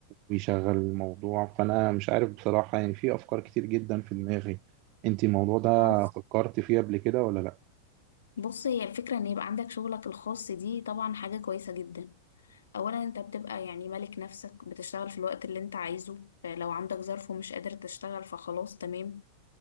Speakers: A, on the right (about 40°); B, on the left (about 65°).
A: ويشغل الموضوع فأنا مش عارف بصراحة يعني في أفكار كتير جدا في دماغي أنت الموضوع ده
B: بص
A: فكرت فيه قبل كده ولا لأ؟
B: بص هي الفكرة ان يبقى عندك شغلك الخاص دي طبعا حاجة كويسة جدا اولا انت بتبقى يعني مالك نفسك بتشتغل في الوقت اللي انت عايزه لو عندك ظرف ومش قادر تشتغل فخلاص تمام